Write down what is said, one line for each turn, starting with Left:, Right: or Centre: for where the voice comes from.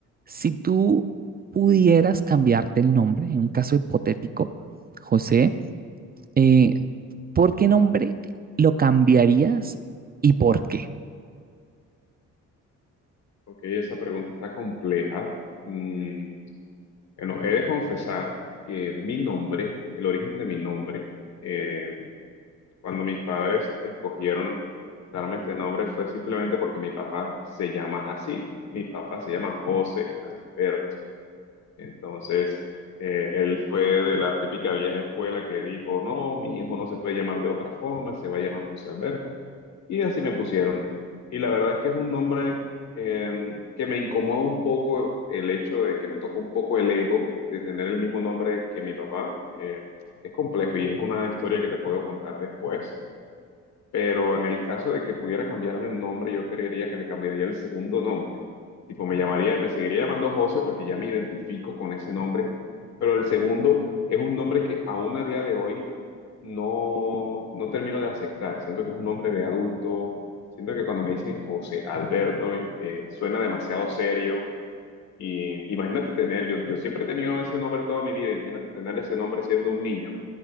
Right: si tú pudieras cambiarte el nombre, en un caso hipotético, José, eh, ¿por qué nombre lo cambiarías y por qué?
Left: Ok, esa pregunta está compleja. Mm, bueno, he de confesar que mi nombre, el origen de mi nombre, eh, Cuando mis padres escogieron darme este nombre fue simplemente porque mi papá se llama así. Mi papá se llama José Alberto. Entonces, eh, él fue de la típica vieja escuela que dijo, no, mi hijo no se puede llamar de otra forma, se va a llamar José Alberto. Y así me pusieron. Y la verdad es que es un nombre eh, que me incomoda un poco el hecho de que me toca un poco el ego de tener el mismo nombre que mi papá. Eh, es complejo y es una historia que te puedo contar después. Pero en el caso de que pudiera cambiarme el nombre, yo creería que me cambiaría el segundo nombre. Tipo, me llamaría, me seguiría llamando José porque ya me identifico con ese nombre, pero el segundo es un nombre que aún a día de hoy no, no termino de aceptar. Siento que es un nombre de adulto, siento que cuando me dicen José Alberto, eh, suena demasiado serio. Y imagínate tener, yo, yo siempre he tenido ese nombre toda mi vida, imagínate tener ese nombre siendo un niño.